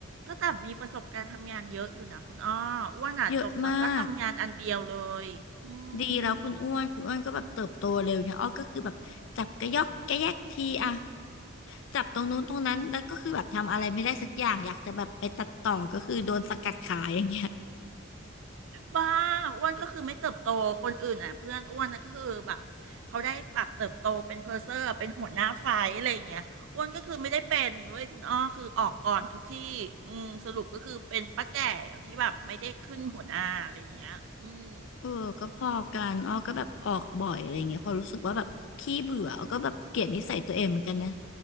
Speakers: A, on the right; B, on the left.
A: ก็แต่มีประสบการณ์ทำงานเยอะอยู่นะคุณอ้ออ้วนอ่ะจบมาก็ทำงานอันเดียวเลยอืม
B: เยอะมากดีแล้วคุณอ้วนคุณอ้วนก็แบบเติบโตเร็วเนี่ยอ้อก็คือแบบจับกระยอกกระแยกทีอะจับตรงนู้นตรงนั้นแล้วก็คือแบบทำอะไรไม่ได้สักอย่างอยากจะแบบไปตัดต่อก็คือโดนสกัดขายอย่างเงี้ย
A: บ้าอ้วนก็คือไม่เติบโตคนอื่นอ่ะเพื่อนอ้วนนะก็คือแบบเขาได้ปรับเติบโตเป็นเพอร์เซอร์เป็นหัวหน้าฝ่ายอะไรอย่างเงี้ยอ้วนก็คือไม่ได้เป็นเว้ยคุณอ้อคือออกก่อนทุกที่อืมสรุปก็คือเป็นป้าแก่ที่แบบไม่ได้ขึ้นหัวหน้าอะไรอย่างเงี้ยอืม
B: เออก็พอกันอ้อก็แบบออกบ่อยอะไรเงี้ยพอรู้สึกว่าแบบขี้เบื่ออ้อก็แบบเกลียดนิสัยตัวเองเหมือนกันนะ